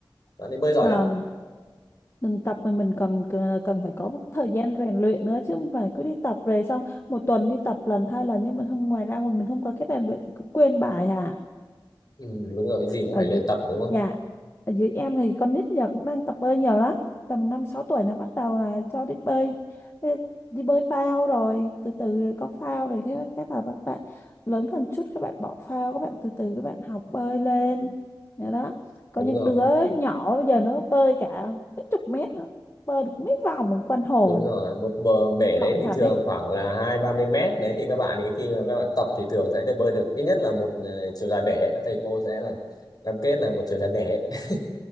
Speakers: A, on the left; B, on the left.
A: bạn ấy bơi giỏi
B: Vâng,
A: lắm
B: mình tập mà mình còn c- cần phải có một thời gian rèn luyện nữa chứ không phải cứ đi tập về xong một tuần đi tập lần hai lần nhưng mình không ngoài ra mà mình không có cái rèn luyện thì cũng quên bài à.
A: ừ, đúng rồi cái gì cũng
B: ở
A: phải luyện
B: dưới
A: tập đúng không
B: dạ ở dưới em thì con nít giờ cũng đang tập bơi nhiều lắm tầm năm sáu tuổi là bắt đầu là cho đi bơi đi, đi bơi phao rồi từ từ rồi có phao rồi cái các là các bạn lớn hơn chút các bạn bỏ phao các bạn từ từ các bạn học bơi lên Nhớ đó có
A: đúng
B: những
A: rồi
B: đứa nhỏ bây giờ nó bơi cả mấy chục mét nữa bơi được mấy vòng ở quanh hồ
A: đúng rồi một bờ bể
B: giỏi
A: đấy thì
B: thật
A: thường
B: đấy
A: khoảng là hai ba mươi mét đấy thì các bạn ấy khi mà các bạn tập thì thường sẽ được bơi được ít nhất là một ờ, chiều dài bể các thầy cô sẽ là cam kết là một chiều dài bể <laughs>